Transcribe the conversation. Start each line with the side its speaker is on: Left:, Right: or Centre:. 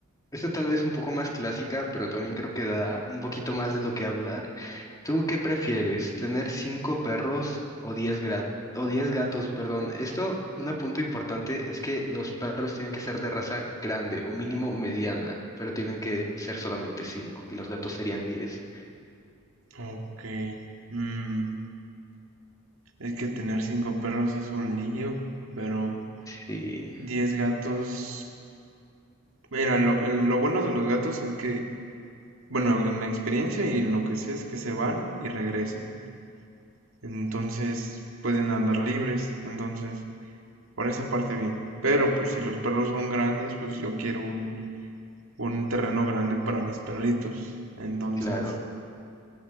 Left: Esta tal vez un poco más clásica, pero también creo que da un poquito más de lo que hablar. ¿Tú qué prefieres, tener cinco perros o diez gra- o diez gatos, perdón? Esto, un punto importante es que los perros tienen que ser de raza grande o mínimo mediana, pero tienen que ser solamente cinco y los gatos serían diez.
Right: Ok, mm, es que tener cinco perros es un lío, pero
Left: Sí,
Right: diez gatos, mira, lo, el- lo bueno de los gatos es que, bueno, en la experiencia y en lo que sé es que se van y regresan, entonces pueden andar libres, entonces... Por esa parte bien. Pero pues si los perros son grandes, pues yo quiero un, un terreno grande para mis perritos. Entonces,
Left: claro,